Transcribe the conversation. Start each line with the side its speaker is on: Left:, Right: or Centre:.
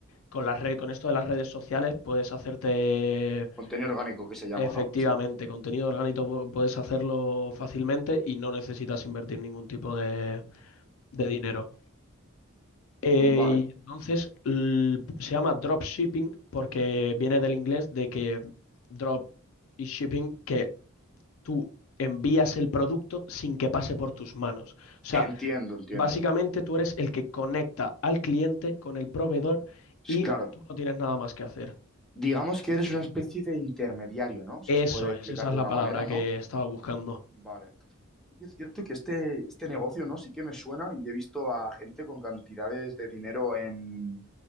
Left: con las re- con esto de las redes sociales puedes hacerte
Centre: Contenido orgánico que se llama,
Left: efectivamente
Centre: ¿no? Sí.
Left: contenido orgánico, pu- puedes hacerlo fácilmente y no necesitas invertir ningún tipo de, de dinero. Eh,
Centre: mm, vale,
Left: y entonces l- se llama dropshipping porque viene del inglés de que drop y shipping, que tú envías el producto sin que pase por tus manos. O sea,
Centre: Entiendo, entiendo.
Left: básicamente tú eres el que conecta al cliente con el proveedor
Centre: Sí,
Left: y
Centre: Claro,
Left: tú no tienes nada más que hacer.
Centre: digamos que eres una especie de intermediario, ¿no? Si
Left: Eso
Centre: se puede
Left: es,
Centre: explicar
Left: esa es
Centre: de
Left: la
Centre: una
Left: palabra
Centre: manera,
Left: que
Centre: ¿no?
Left: estaba buscando.
Centre: vale, Y Es cierto que este, este negocio, ¿no? Sí que me suena y he visto a gente con cantidades de dinero en,